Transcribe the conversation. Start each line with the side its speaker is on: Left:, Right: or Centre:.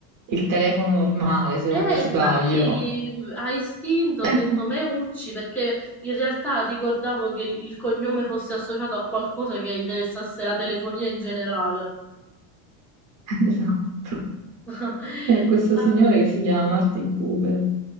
Right: il telefono normale, se
Centre: Eh,
Right: non mi sbaglio.
Centre: infatti mh, a istinto
Right: <laughs>
Centre: ho detto Meucci perché in realtà ricordavo che il cognome fosse associato a qualcosa che interessasse la telefonia in generale.
Right: Esatto.
Centre: <laughs>
Right: È questo
Centre: Vabbè.
Right: signore che si chiama Martin Cooper.